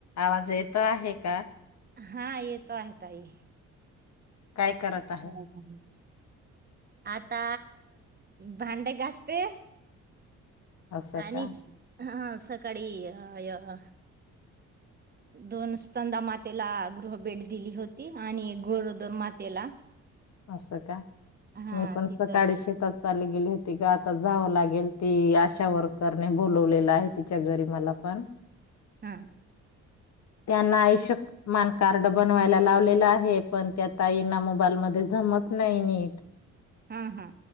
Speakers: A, on the left (about 60°); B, on the right (about 30°).
A: आवाज येतो आहे का?
B: हा येतो आहे ताई.
A: काय करत आहे?
B: हम हम. आता भांडे घासते.
A: असं
B: आणिच
A: का?
B: हा सकाळी अ दोन <unintelligible> मातेला गृह भेट दिली होती, आणि गोरदोर मातेला.
A: असं का,
B: हा
A: मी पण
B: तिच
A: सकाळी
B: हा
A: शेतात चाली गेली होती ग आता जावं लागेल, ती आशा वर्करने बोलवलेलं आहे तिच्या घरी मला पण,
B: हा
A: त्यांना आयुष्यमान कार्ड बनवायला लावलेलं आहे, पण ते आता येईना मोबाईलमध्ये जमत नाही नीट.
B: हा हा